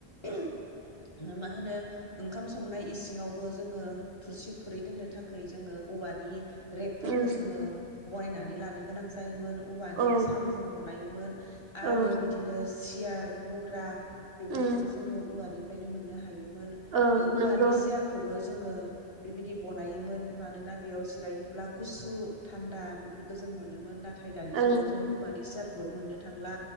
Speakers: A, on the left (about 30°); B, on the right (about 70°).
A: <inaudible> मा होनो ओंखाम संनाय इसिङावबो जोङो थुरसि खुरै दोननो थाखाय जोङो औवानि रेकफोरखौ
B: उम
A: जोङो बायनानै लानो गोनां जायोमोन। औवानि
B: औ
A: सांजों बनायो मोन।
B: औ
A: आरो बिदिनो सियार मुरा बेफोरखौबो
B: उम
A: जोङो औवानि फायनो मोनो मोननो हायो मोन
B: औ नंगौ
A: वानि सियारखोबो जोङो बेबायदि बनायोमोन मानोना बेयाव जिरायोब्ला गुसु थान्दा बेफोरखौ जों मोनोमोन ना थाय दानि
B: ओं
A: जुगाव जों औवानि सियार मोननो थांला।